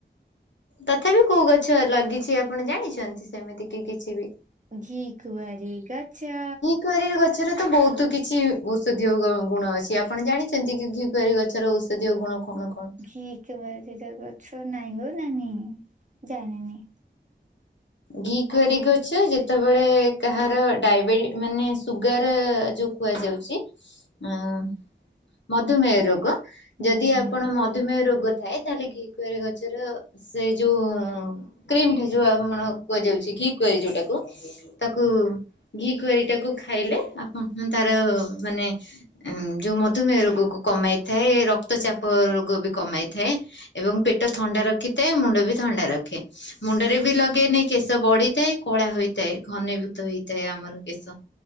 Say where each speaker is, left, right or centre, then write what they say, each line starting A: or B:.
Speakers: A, on the left (about 75°); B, on the right (about 40°).
A: ତଥା ବି କୋଉ ଗଛ ଲାଗିଛି ଆପଣ ଜାଣିଛନ୍ତି ସେମିତି କି କିଛି ବି?
B: ଘି କୁଆଁରୀ ଗଛ।
A: କୁଆରୀ ର ଗଛର ତ ବହୁତ କିଛି ଔଷଧୀୟ ଗୁ ଗୁଣ ଅଛି ଆପଣ ଜାଣିଛନ୍ତି କି? କୁଆଁରୀ ଗଛର ଔଷଧୀୟ ଗୁଣ କଣ କଣ?
B: ଘିକୁଆଁରୀ ର ଗଛ ନାଇଁ ଗୋ ନାନି ଜାଣିନି।
A: ଘିକୁଆଁରି ଗଛ ଯେତେବେଳେ କାହାର ଡାଇବେଟି ମାନେ ସୁଗାର ଯଉ କୁହାଯାଉଚି ଏଁ ମଧୁମେୟ ରୋଗ ଯଦି
B: ଆଚ୍ଛା
A: ଆପଣ
B: ହଁ
A: ମଧୁ ମଧୁମେୟ ରୋଗ ଥାଏ ତାହେଲେ ଘି କୁଆରି ଗଛର ସେ ଯୋଉ କ୍ରିମ ଟା ଯୋଉ ଆମ ର କୁହାଯାଉଛି ଘି କୁଆରି ଯୋଉଟାକୁ ତାକୁ ଘି କୁଆରୀ ଟାକୁ ଖାଇଲେ ଆପଣ ତାର ମାନେ ଯୋଉ ମଧୁମେୟ ରୋଗକୁ କମେଇଥାଏ, ରକ୍ତଚାପ ରୋଗ ବି କମେଇଥାଏ। ଏବଂ ପେଟ ଥଣ୍ଡା ରଖିଥାଏ ମୁଣ୍ଡ ବି ଥଣ୍ଡା ରଖେ ମୁଣ୍ଡରେ ବି ଲଗେଇଲେ। କେଶ ବଢିଥାଏ କଳା ହୋଇଥାଏ ଘନୀଭୂତ ହେଇଥାଏ ଆମର କେଶ।